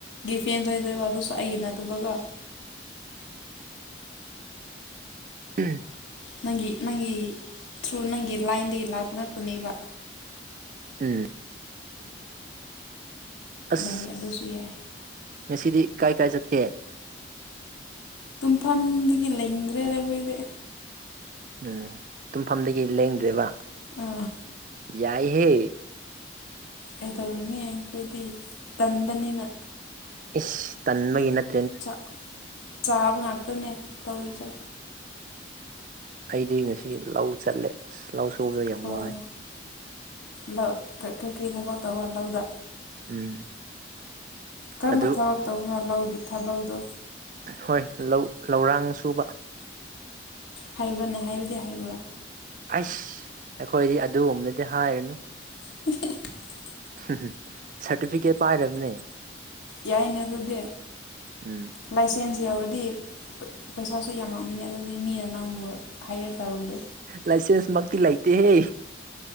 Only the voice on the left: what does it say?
<unintelligible> ꯑꯗꯨꯁꯨ ꯑꯩꯒꯤ ꯅꯠꯇꯕꯀꯣ
ꯅꯪꯒꯤ ꯅꯪꯒꯤ ꯊ꯭ꯔꯨ ꯅꯪꯒꯤ ꯂꯥꯏꯟꯗꯒꯤ ꯂꯥꯛꯄ ꯉꯥꯛꯇꯅꯦꯕ
ꯌꯥꯏ ꯑꯗꯁꯨ ꯌꯥꯏ
ꯇꯨꯝꯐꯝꯗꯒꯤ ꯂꯩꯡꯗ꯭ꯔꯦꯗ ꯑꯈꯣꯏꯗꯤ
ꯑꯥ
ꯀꯩꯗꯧꯔꯨꯅꯤ ꯑꯈꯣꯏꯗꯤ ꯇꯟꯕꯅꯤꯅ
ꯆꯛ ꯆꯥꯕ ꯉꯛꯇꯅꯦ ꯇꯧꯔꯤꯖꯦ
ꯑꯣ
ꯂꯧ ꯀꯩ ꯀꯩ ꯊꯕꯛ ꯇꯧꯕ ꯂꯧꯗ
ꯀꯔꯝꯕ
ꯊꯕꯛ ꯇꯧꯕꯅꯣ ꯂꯧꯒꯤ ꯊꯕꯛꯗꯣ
ꯍꯩꯕ꯭ꯔꯥꯅꯦ ꯍꯩꯕꯗꯤ ꯍꯩꯕ꯭ꯔꯥ
<inaudible>
ꯌꯥꯏꯅꯦ ꯑꯗꯨꯗꯤ
ꯂꯥꯏꯁꯦꯟꯁ ꯌꯥꯎꯔꯗꯤ ꯄꯩꯁꯥꯁꯨ ꯌꯥꯝꯃꯝꯃꯅꯤ ꯑꯗꯨꯗꯤ ꯃꯤꯅ ꯅꯪꯕꯨ ꯍꯥꯏꯌꯔ ꯇꯧꯕꯗꯣ